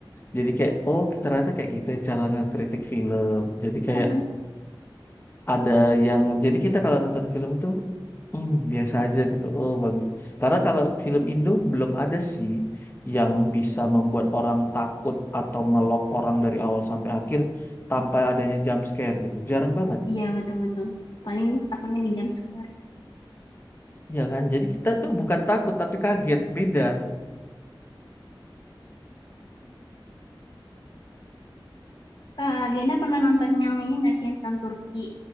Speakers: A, on the left; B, on the left.
A: jadi kayak oh ternyata kayak gitu ya cara ngekritik film. Jadi kayak
B: Heeh.
A: ada yang jadi kita kalau nonton film tuh hmm, biasa aja gitu oh bagus karena kalau film Indo belum ada sih yang bisa membuat orang takut atau ngelok orang dari awal sampai akhir tanpa adanya jump scare gitu jarang banget
B: Iya, betul, betul. Paling takutnya di jam scare.
A: Iya kan jadi kita tuh bukan takut tapi kaget beda
B: Kak Gina pernah nonton yang ini nggak sih, yang film Turki?